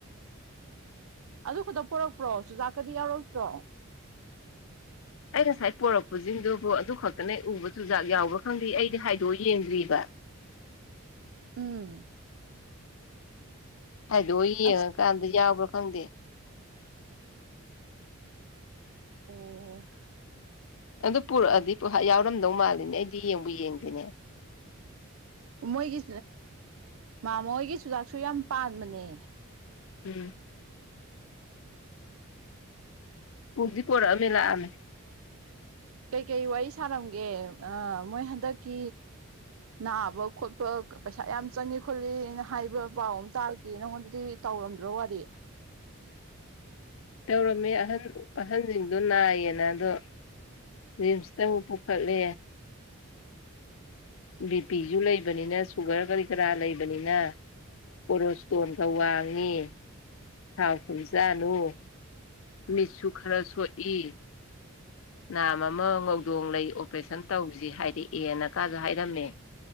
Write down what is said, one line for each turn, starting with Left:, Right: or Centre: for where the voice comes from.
Right: ꯑꯗꯨ ꯈꯛꯇ ꯄꯔꯛꯄ꯭ꯔꯣ ꯆꯨꯖꯥꯛꯀꯗꯤ ꯌꯥꯎꯔꯛꯇ꯭ꯔꯣ
Left: ꯑꯩ ꯉꯁꯥꯏ ꯄꯣꯔꯛꯄꯁꯤꯡꯗꯨꯕꯨ ꯑꯗꯨ ꯈꯛꯇꯅ ꯎꯕ ꯆꯨꯖꯥꯛ ꯌꯥꯎꯕ꯭ꯔꯥ ꯈꯪꯗꯦ ꯑꯩꯗꯤ ꯍꯥꯏꯗꯣꯛꯑ ꯌꯦꯡꯗ꯭ꯔꯤꯕ
Right: ꯎꯝ
Left: ꯍꯥꯏꯗꯣ ꯌꯦꯡꯉꯀꯥꯟꯗ
Right: ꯑꯁ
Left: ꯌꯥꯎꯕ꯭ꯔꯥ ꯈꯪꯗꯦ
Right: ꯑꯣ
Left: ꯑꯗꯨ ꯄꯨꯔꯛꯑꯗꯤ ꯌꯥꯎꯔꯝꯗꯧ ꯃꯥꯜꯂꯤꯅꯦ ꯑꯩꯗꯤ ꯌꯦꯡꯕꯨ ꯌꯦꯡꯗꯦꯅꯦ
Right: ꯃꯣꯏꯒꯤ ꯃꯥ ꯃꯣꯏꯒꯤ ꯆꯨꯖꯥꯛꯁꯨ ꯌꯥꯝ ꯄꯥꯟꯕꯅꯦ
Left: ꯎꯝ ꯄꯨꯗꯤ ꯄꯨꯔꯛꯑꯝꯃꯦ ꯂꯥꯛꯑꯝꯃꯦ
Right: ꯀꯩ ꯀꯩ ꯋꯥꯔꯤ ꯁꯥꯔꯝꯒꯦ ꯃꯣꯏ ꯍꯟꯗꯛꯀꯤ ꯅꯥꯕ ꯈꯣꯠꯄ ꯄꯩꯁꯥ ꯌꯥꯝ ꯆꯪꯉ ꯈꯣꯠꯂꯤꯅ ꯍꯥꯏꯕ ꯄꯥꯎ ꯑꯃ ꯇꯥꯒꯦ ꯑꯦ ꯅꯉꯣꯟꯗꯗꯤ ꯇꯧꯔꯝꯗ꯭ꯔꯣ ꯋꯥꯔꯤ
Left: ꯇꯧꯔꯝꯃꯦ ꯑꯍꯟ ꯑꯍꯟꯁꯤꯡꯗꯨ ꯅꯥꯏꯌꯦꯅ ꯑꯗꯣ ꯔꯤꯝꯁꯇ ꯑꯃꯨꯛ ꯄꯨꯈꯠꯂꯦ ꯕꯤꯄꯤꯁꯨ ꯂꯩꯕꯅꯤꯅ ꯁꯨꯒꯔ ꯀꯔꯤ ꯀꯔꯥ ꯂꯩꯕꯅꯤꯅ ꯄꯣꯔꯣꯁꯇꯣꯟꯒ ꯋꯥꯡꯉꯤ ꯊꯥꯎ ꯊꯨꯝ ꯆꯥꯅꯨ ꯃꯤꯠꯁꯨ ꯈꯔ ꯁꯣꯛꯏ ꯅꯥꯝꯃ ꯑꯃ ꯉꯧꯗꯣꯡ ꯂꯩ ꯑꯣꯄꯔꯦꯁꯟ ꯇꯧꯖꯦ ꯍꯥꯏꯔꯛꯑꯦ ꯀꯥꯏꯖꯨ ꯍꯥꯏꯔꯝꯃꯦ